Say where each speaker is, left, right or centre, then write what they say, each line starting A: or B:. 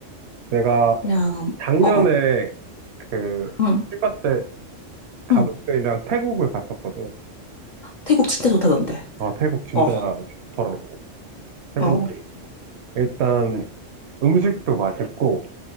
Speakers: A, on the right (about 65°); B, on the left (about 55°).
A: 내가
B: 그냥,
A: 작년에
B: 어어,
A: 그
B: 응,
A: 휴가 때 가족들이랑
B: 응.
A: 태국을 갔었거든.
B: 태국 진짜 좋다던데.
A: 아, 태국 진짜
B: 어,
A: 좋더라고. 태국이
B: 어,
A: 일단 음식도 맛있고,